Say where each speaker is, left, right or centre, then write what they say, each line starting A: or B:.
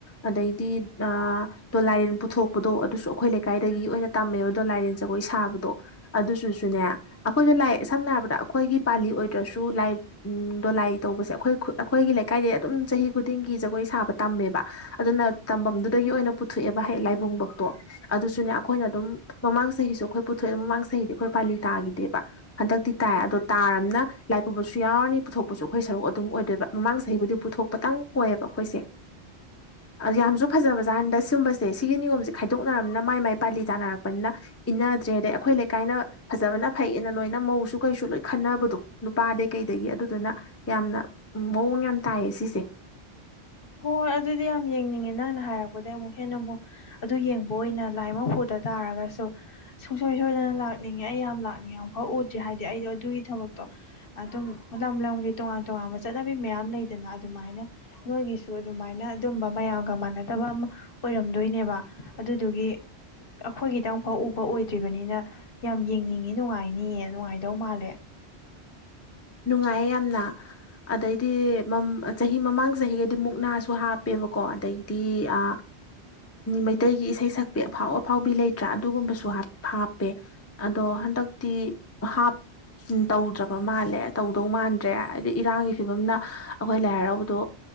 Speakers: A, on the left; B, on the left.
A: ꯑꯗꯩꯗꯤ ꯑꯗꯣ ꯂꯥꯏꯔꯦꯟ ꯄꯨꯊꯣꯛꯄꯗꯣ ꯑꯗꯨꯁꯨ ꯑꯩꯈꯣꯏ ꯂꯩꯀꯥꯏꯗꯒꯤ ꯑꯣꯏꯅ ꯇꯝꯃꯦꯕ ꯑꯗꯣ ꯂꯥꯏꯔꯦꯟꯁ ꯑꯩꯈꯣꯏ ꯁꯥꯕꯗꯣ ꯑꯗꯨꯁꯨꯁꯨꯅꯦ ꯑꯩꯈꯣꯏꯗ ꯂꯥꯏ ꯁꯝꯅ ꯍꯥꯏꯔꯕꯗ ꯑꯩꯈꯣꯏꯒꯤ ꯄꯥꯂꯤ ꯑꯣꯏꯗ꯭ꯔꯁꯨ ꯂꯥꯏ ꯎꯝ ꯇꯧꯕꯁꯦ ꯑꯩꯈꯣꯏ ꯑꯩꯈꯣꯏꯒꯤ ꯂꯩꯀꯥꯏꯗ ꯑꯗꯨꯝ ꯆꯍꯤ ꯈꯨꯗꯤꯡꯒꯤ ꯖꯒꯣꯏ ꯁꯥꯕ ꯇꯝꯃꯦꯕ ꯑꯗꯨꯅ ꯇꯝꯐꯝꯗꯨꯗꯩ ꯊ ꯂꯥꯏꯕꯨꯡ ꯕꯨꯛꯁꯨ ꯑꯗꯨꯁꯨꯅꯦ ꯃꯥꯃꯥꯛ ꯑꯩꯈꯣꯏ ꯄꯨꯊꯣꯛꯑꯦ ꯃꯃꯥꯡ ꯆꯍꯤꯗꯤ ꯑꯩꯈꯣꯏ ꯄꯥꯂꯤ ꯇꯥꯈꯤꯗꯦꯕ ꯍꯟꯗꯛꯇꯤ ꯇꯥꯏ ꯑꯗꯣ ꯇꯥꯔꯅ ꯂꯥꯏꯄ ꯌꯥꯎꯔꯅꯤ ꯄꯨꯊꯣꯛꯄꯁꯨ ꯑꯩꯈꯣꯏ ꯁꯔꯨꯛ ꯑꯗꯨꯝ ꯑꯣꯏꯗꯣꯏꯕ ꯃꯃꯥꯡ ꯆꯍꯤꯕꯨꯗꯤ ꯄꯨꯊꯣꯛꯄꯇꯪ ꯑꯣꯏꯌꯦꯕ ꯑꯩꯈꯣꯏꯁꯦ ꯌꯥꯝꯁꯨ ꯐꯖꯕ ꯖꯥꯥꯟꯗ ꯁꯤꯒꯨꯝꯕꯁꯦ ꯁꯤꯒꯤ ꯅꯤꯌꯣꯝꯁꯦ ꯈꯥꯏꯗꯣꯛꯅꯔꯕꯅꯤꯅ ꯃꯥꯏ ꯃꯥꯏ ꯄꯥꯜꯂꯤ ꯇꯥꯅꯔꯛꯄꯅꯤꯅ ꯏꯟꯅꯗ꯭ꯔꯦ ꯑꯗꯩ ꯑꯩꯈꯣꯏ ꯂꯩꯀꯥꯏꯅ ꯐꯖꯕꯅ ꯐꯩꯌꯦꯅ ꯂꯣꯏꯅ ꯃꯧꯁꯨ ꯀꯩꯁꯨ ꯂꯣꯏꯅ ꯈꯟꯅꯕꯗꯣ ꯅꯨꯄꯥꯗꯩ ꯀꯩꯗꯒꯤ ꯑꯗꯨ ꯑꯗꯨꯅ ꯌꯥꯝꯅ ꯃꯑꯣꯡ ꯌꯥꯝ ꯇꯥꯏꯌꯦ ꯁꯤꯁꯦ
B: ꯍꯣꯏ ꯍꯣꯏ ꯑꯗꯨꯗꯤ ꯌꯥꯝ ꯌꯦꯡꯅꯤꯡꯉꯤꯅꯦ ꯍꯥꯏꯔꯛꯄꯗꯒꯤꯩ ꯑꯃꯨꯛ ꯍꯦꯟꯅ ꯑꯃꯨꯛ ꯑꯗꯨ ꯌꯦꯡꯕ ꯑꯣꯏꯅ ꯂꯥꯏ ꯑꯃ ꯐꯨꯗ ꯇꯥꯔꯒꯁꯨ ꯁꯨꯡꯁꯣꯏ ꯁꯣꯏꯗꯅ ꯩꯅ ꯂꯥꯛꯅꯤꯡꯉꯦ ꯑꯩ ꯌꯥꯝ ꯂꯥꯛꯅꯤꯡꯉ ꯐꯥꯎ ꯎꯗ꯭ꯔꯤ ꯍꯥꯏꯗꯤ ꯑꯩꯗꯣ ꯑꯗꯨꯒꯤ ꯊꯕꯛꯇꯣ ꯑꯗꯨꯝ ꯂꯝ ꯂꯝꯒꯤ ꯇꯣꯉꯥꯟ ꯇꯣꯉꯥꯟꯕ ꯆꯠꯅꯕꯤ ꯃꯌꯥꯝ ꯂꯩꯗꯅ ꯑꯗꯨꯃꯥꯏꯅ ꯅꯣꯏꯒꯤꯁꯨ ꯑꯗꯨꯃꯥꯏꯅ ꯑꯗꯨꯝꯕ ꯃꯌꯥꯝ ꯒ ꯃꯥꯟꯅꯗꯕ ꯑꯃ ꯑꯣꯏꯔꯝꯗꯣꯏꯅꯦꯕ ꯑꯗꯨꯗꯨꯒꯤ ꯑꯩꯈꯣꯏꯒꯤꯗꯪꯨꯛꯐꯥꯎ ꯎꯕ ꯑꯣꯏꯗ꯭ꯔꯤꯕꯅꯤꯅ ꯌꯥꯝ ꯌꯦꯡꯅꯤꯡꯏꯤ ꯅꯨꯡꯉꯥꯏꯅꯤꯌꯦ ꯅꯨꯡꯉꯥꯏꯗꯧ ꯃꯥꯜꯂꯦ
A: <inaudible> ꯅꯨꯡꯉꯥꯏꯌꯦ ꯌꯥꯝꯅ ꯑꯗꯩꯗꯤ ꯆꯍꯤ ꯃꯃꯥꯡ ꯆꯍꯤꯒꯗꯤ ꯃꯨꯛꯅꯥꯁꯨ ꯍꯥꯞꯄꯦꯕꯀꯣ ꯑꯗꯩꯗꯤ ꯑ ꯃꯩꯇꯩꯒꯤ ꯏꯁꯩ ꯁꯛꯄꯤ ꯑꯐꯥꯎ ꯑꯐꯥꯎꯕꯤ ꯂꯩꯇ꯭ꯔꯥ ꯑꯗꯨꯒꯨꯝꯕꯁꯨ ꯍꯥ ꯍꯥꯞꯄꯦ ꯑꯗꯣ ꯍꯟꯗꯛꯇꯤ ꯍꯥꯞ ꯇꯧꯗ꯭ꯔꯕ ꯃꯥꯜꯂꯦ ꯇꯧꯗꯧ ꯃꯥꯟꯗ꯭ꯔꯦ ꯍꯥꯏꯗꯤ ꯏꯔꯥꯡꯒꯤ ꯐꯤꯕꯝꯅ ꯑꯩꯈꯣꯏ ꯂꯥꯏ ꯍꯔꯥꯎꯕꯗꯣ